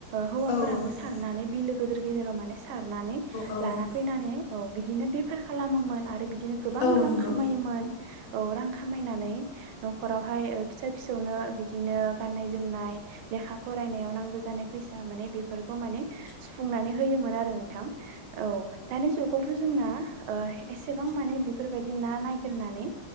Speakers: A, on the right (about 75°); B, on the left (about 45°).
A: हौवाफोराबो
B: औ नंगौ
A: सारनानै बिलो गिदिर गेदेराव माने सारनानै
B: औ
A: लाना फैनानै बेफार खालामोन बि बिदिनो गोबां
B: औ
A: रां
B: नंगौ
A: खामायोमोन औ रां खामायनानै न'खरावहाय फिसा फिसौनो बिदिनो गाननाय जोमनाय लेखा फरायनायाव नांगौ जानाय फैसा माने बेफोरखौ माने सुफुंनानै होयोमोन आरो नोंथां औ दानि जुगावथ' जों ना ओ एसेबां माने बेफोरबायदि ना नागिर नानै